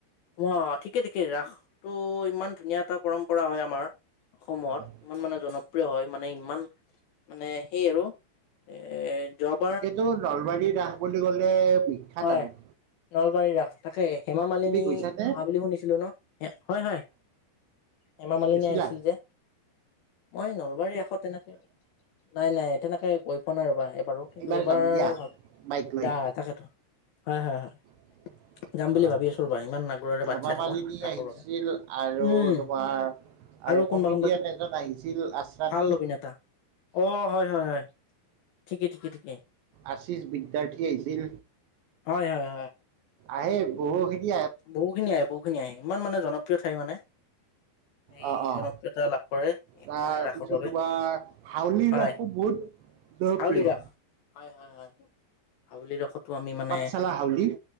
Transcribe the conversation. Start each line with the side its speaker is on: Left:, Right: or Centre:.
Left: অ' ঠিকে, ঠিকে ৰাসটো ইমান ধুনীয়া এটা পৰম্পৰা হয় আমাৰ। সমূহত
Right: হয়
Left: ইমান মানৰ জন প্ৰীয় হয়, মানে ইমান মানে সেই আৰু এ জব
Right: এতিয়াতো নলবাৰীৰ ৰাস বুলি গ'লে বিখ্যাত
Left: হয়
Right: আৰু।
Left: নলবাৰীৰ ৰাস, তাকে হেমা মালিনী
Right: তুমি গৈছানে
Left: আহা বুলি শুনিছিলো ন হয়, হয়। হেমা মালিনী
Right: গৈছিলা
Left: আহিছিল যে, মই নলবাৰী ৰাসত তেনেকে নাই, নাই তেনেকে গৈ পোৱা নাই ৰবা এইবাৰো কিন্তু
Right: এইবাৰ
Left: এইবাৰ
Right: যাম দিয়া বাইক লৈ
Left: যা তাকেতো। হয়, হয়, হয়।
Right: <inaudible>
Left: যাম বুলি
Right: অ'
Left: ভাবি আছো ৰ'বা ইমান আগ্ৰহেৰে
Right: হেমা
Left: বাট চাই
Right: মালিনী
Left: থাকো ৰাসৰ
Right: আহিছিল
Left: বাবে।
Right: আৰু
Left: উম
Right: তোমাৰ
Left: আৰু কোনোবা
Right: কমেডিয়ান
Left: কোনোবা
Right: এজন আহিছিল আশ্ৰানী।
Left: ভাল অভিনেতা অ' হয়, হয়, হয় ঠিকেই, ঠিকেই, ঠিকেই।
Right: আশীছ বিদ্যাৰ্থী আহিছিল,
Left: হয় হয়
Right: আহে বহু খিনি
Left: বহু খিনি আহে, বহুখিনি আহে ইমান মানে জনপ্ৰিয় ঠাই মানে। এই
Right: অঁ অঁ
Left: জনপ্ৰিয়তা লাভ কৰে। এই
Right: তাৰপিছত
Left: মানে ৰাসৰ বাবে
Right: তোমাৰ হাউলিৰ
Left: হয়
Right: ৰাসো বহুত জনপ্ৰিয়।
Left: হাউলি ৰাস হয়, হয়, হয় হাৱলিৰ ৰখো আমি মানে
Right: পাঠশালা হাউলি